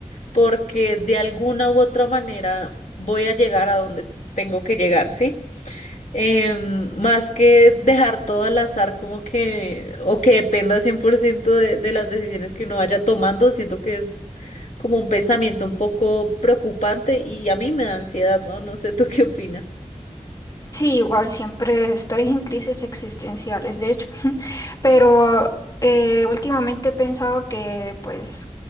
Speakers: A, on the left; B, on the left.
A: porque de alguna u otra manera voy a llegar a donde tengo que llegar, ¿sí? em, más que dejar todo al azar, como que, o que dependa 100% de, de las decisiones que uno vaya tomando, siento que es como un pensamiento un poco preocupante y a mí me da ansiedad, ¿no? No sé, ¿tú qué opinas?
B: Sí, igual siempre estoy en crisis existenciales, de hecho, <laughs> pero eh, últimamente he pensado que pues